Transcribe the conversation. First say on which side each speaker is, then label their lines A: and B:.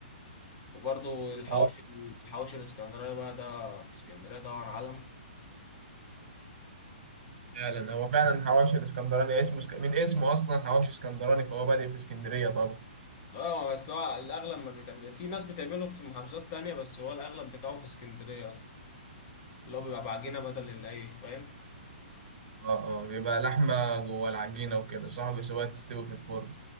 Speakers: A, on the left; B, on the right.
A: وبرضو الحواوشي
B: اه
A: الحواوشي الاسكندريه بقى ده في اسكندريه طبعا علم
B: فعلا هو فعلا حواوشي الاسكندراني اسمه اسك... من اسمه أصلا حواوشي اسكندراني فهو بادئ في اسكندرية طبعا
A: اه بس هو الاغلب ما بيتعمل في ناس بتعمله في محافظات تانية بس هو الاغلب بتاعه في اسكندريه اصلا اللي هو بيبقى بعجينه بدل العيش فاهم
B: اه اه بيبقى لحمة جوه العجينة وكده صح بيسيبوها تستوي في الفرن